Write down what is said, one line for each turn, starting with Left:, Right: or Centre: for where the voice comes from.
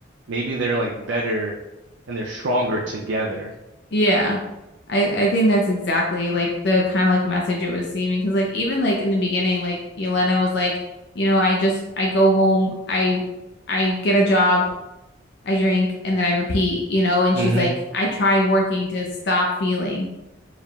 Right: maybe they're like better and they're stronger together.
Left: Yeah. I, I think that's exactly like the kind of like message it was seeming because like even like in the beginning like Yelena was like you know I just I go home I I get a job I drink and then I repeat you know and
Right: hmm
Left: she's like I try working to stop feeling